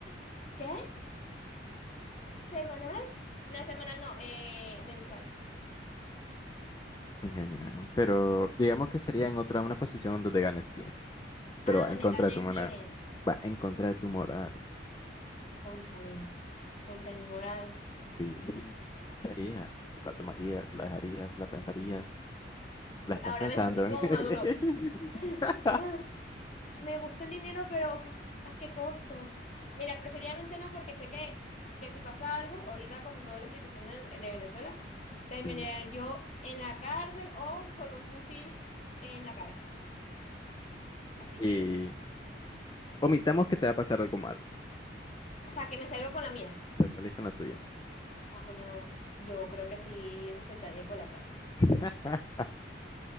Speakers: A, on the left; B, on the left.
A: <gasps> ¿qué? ¿Semanal? No, semanal no, eh, mensual.
B: te engañaron. Pero digamos que sería en otra, una posición donde te ganes bien, pero
A: Ah,
B: va
A: donde
B: en contra
A: gané
B: de tu moral.
A: bien.
B: Va en contra de tu moral.
A: Cónchale, contra mi moral.
B: Sí. ¿Qué harías? ¿La tomarías? ¿La dejarías? ¿La pensarías? ¿La
A: Me-
B: estás
A: Ahora
B: pensando?
A: me siento
B: <laughs>
A: como maduro. <laughs> Me gusta el dinero, pero ¿a qué costo? Mira, preferiblemente no, porque sé que, que si pasa algo, ahorita con toda la situación de, de Venezuela, terminaré
B: Sí.
A: yo en la cárcel o con un fusil en la cabeza. Así
B: Y
A: que no.
B: omitamos que te va a pasar algo malo.
A: O sea, que me salgo con la mía.
B: Te salís con la tuya.
A: Ah, coño, yo creo que sí aceptaría por la plata.
B: <laughs>